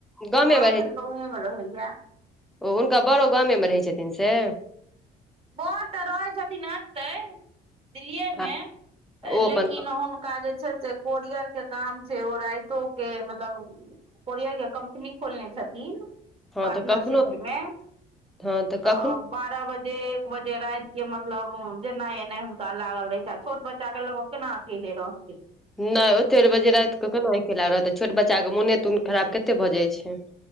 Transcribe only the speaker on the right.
हँ एखन
गांवमे रहैया।
बर तऽ रहै छथिन एतय दिल्लीए मे
लेकिन
हुन का जे छैय से कोरियर के काम छैय ओ राइतो के मतलब कोरियरके कम्पनी खोलने छथिन।
पार्टनरशिपमे
तऽ बारह बजे बजे रातिके मतलब जेना एना हुनका लागल रहे छैय छोट बच्चा के लगो केना अकेले रहतय।